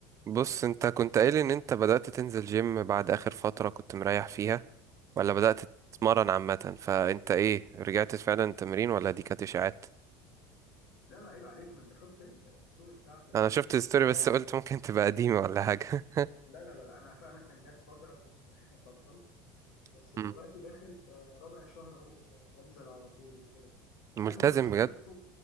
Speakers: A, on the right (about 35°); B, on the left (about 70°).
A: بص انت كنت قايل ان انت بدأت تنزل جيم بعد اخر فترة كنت مريح فيها ولا بدأت تتمرن عامة فانت ايه رجعت فعلا تمرين ولا دي كانت اشاعات
B: لا لا عيب عليك ما انت شفت ال- الستوري بتاعتي على
A: انا
B: الانستجرام
A: شفت الستوري بس <laughs> قلت ممكن تبقى قديمة ولا حاجة
B: لا لا لا انا فعلا كان جات فتره كنت <laughs> بطلت
A: <laughs>
B: بس دلوقتي
A: مم.
B: داخل في رابع شهر اهو ب- بنزل على طول وكده
A: ملتزم
B: انا برضو شفتك
A: بجد
B: سوق